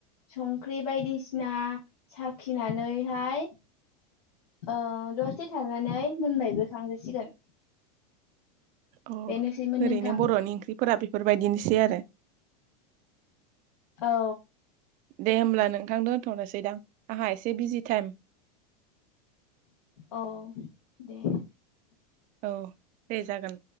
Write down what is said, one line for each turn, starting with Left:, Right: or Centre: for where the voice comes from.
Left: संख्रि बायदिसिना साखिनानैहाय ओ दसे थानानै मोनबायबो खांजासिगोन।
Right: अ
Left: बेनोसैमोन
Right: ओरैनो
Left: नोंथां
Right: बर'नि ओंख्रिफोरा बेफोरबायदिनोसै आरो।
Left: औ
Right: दे होमब्ला नोंथां दोन थ'नोसै दां आंहा एसे बिजि टाइम।
Left: औ दे।
Right: औ दे जागोन